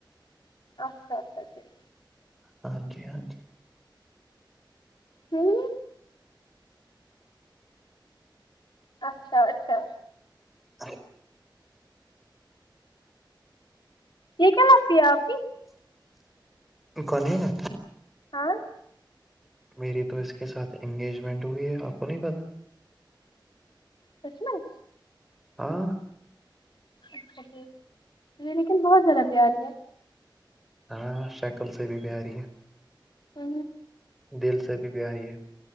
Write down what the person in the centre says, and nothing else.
ہاں جی ہاں جی
ا
کونی نا
میری تو اس کے ساتھ انگیجمنٹ ہوئی ہے آپ کو نہیں پتہ
ہاں
ہاں شکل صحب بھی بیاری یہ
دل سے بھی پیاری ہے